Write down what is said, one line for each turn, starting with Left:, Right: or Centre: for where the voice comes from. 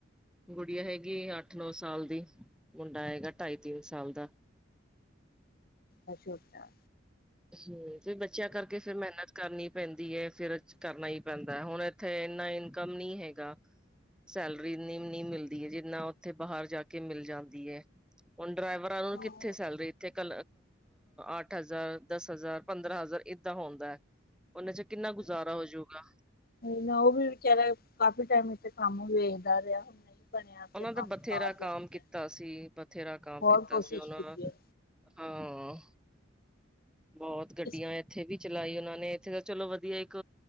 Centre: ਗੁੜੀਆ ਹੈਗੀ ਅੱਠ-ਨੌ ਸਾਲ ਦੀ, ਮੁੰਡਾ ਹੈਗਾ ਢਾਈ-ਤਿੰਨ ਸਾਲ ਦਾ।
Left: ਅੱਛਾ ਛੋਟਾ ਏ।
Centre: ਹਮ, ਬੱਚਿਆਂ ਕਰਕੇ ਫਿਰ ਮਿਹਨਤ ਕਰਨੀ ਪੈਂਦੀ ਹੈ। ਫਿਰ ਕਰਨਾ ਹੀ ਪੈਂਦਾ ਹੁਣ ਇੱਥੇ ਇੰਨਾ ਇਨਕਮ ਨੀ ਹੈਗਾ। ਸੈਲਰੀ ਨੀ-ਨੀ ਮਿਲਦੀ ਐ ਜਿੰਨਾ ਉੱਥੇ ਬਾਹਰ ਜਾ ਕੇ ਮਿਲ ਜਾਂਦੀ ਐ। ਹੁਣ ਡਰਾਈਵਰਾਂ ਨੂੰ
Left: ਹਾਂ
Centre: ਕਿੱਥੇ ਸੈਲਰੀ ਇੱਥੇ ਕ ਅੱਠ ਹਜ਼ਾਰ ਦਸ ਹਜ਼ਾਰ-ਪੰਦਰਾਂ ਹਜ਼ਾਰ ਏਦਾਂ ਹੁੰਦਾ ਐ, ਉਹਨਾਂ ਚ ਕਿੰਨਾ ਗੁਜ਼ਾਰਾ ਹੋਜੂਗਾ।
Left: ਕੋਈ ਨਾ ਉਹ ਵੀ ਵਿਚਾਰਾ ਕਾਫੀ ਟਾਈਮ ਇੱਥੇ ਕੰਮ ਵੇਚਦਾ ਰਿਹਾ ਬਣਿਆ
Centre: ਉਹਨਾਂ
Left: ਤੇ ਕੰਮ
Centre: ਦਾ ਬਥੇਰਾ
Left: ਬਾਹਰ ਜਾਣਾ
Centre: ਕਾਮ
Left: ਪਿਆ
Centre: ਕੀਤਾ ਸੀ, ਬਥੇਰਾ ਕਾਮ
Left: ਬਹੁਤ
Centre: ਕੀਤਾ
Left: ਕੋਸ਼ਿਸ਼
Centre: ਸੀ ਉਹਨਾਂ
Left: ਕੀਤੀ ਹੈ
Centre: ਹਾਂ। ਬਹੁਤ ਗੱਡੀਆਂ
Left: ਇਸ
Centre: ਇਥੇ ਵੀ ਚਲਾਈ ਉਹਨਾਂ ਨੇ, ਇੱਥੇ ਤਾਂ ਚਲੋ ਵਧੀਆ ਇੱਕ